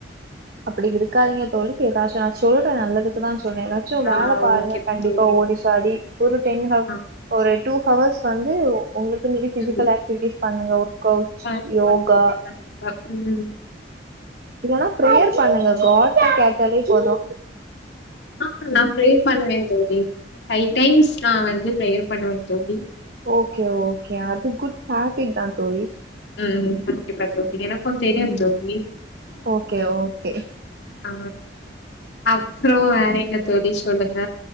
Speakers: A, on the right; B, on the left.
A: அப்புடி இருக்காதீங்க தோழி எதாச்சும் நான் சொல்றேன் நல்லதுக்கு தான் சொல்றேன் எதா ச்சு வேல
B: ஆ
A: பாருங்க
B: ஓகே
A: கண்டிப்பா
B: தோழி
A: ஓடி சாடி ஒரு டென்ஹவ்
B: ஆ
A: ஒரு டூ ஹவர்ஸ் வந்து உங்களுக்குனு சொல்லி பிசிக்கல்
B: ம்
A: ஆக்டிவிட்டிஸ் பண்ணுங்க ஒர்க் அவுட்ஸ்
B: கண்டிப்பா
A: யோகா
B: தோழி கண்டிப்பா ம்
A: இல்லன்னா பிரேயர் பண்ணுங்க காட்டுட கேட்டாலே போது
B: ஆ நா ப்ரெயர் பண்ணுவே தோழி ஃபைவ் டைம்ஸ் நா வந்து ப்ரெயர் பண்ணவே தோழி
A: ஓகே ஓகே அது குட் ஹேப்பிட் தா தோழி
B: ம் ம் கண்டிப்பா தோழி எனக்கு தெரியு
A: ம்
B: தோழி
A: ஓகே ஓகே
B: ஆ அப்றோ வேற என்ன தோழி சொல்லுங்க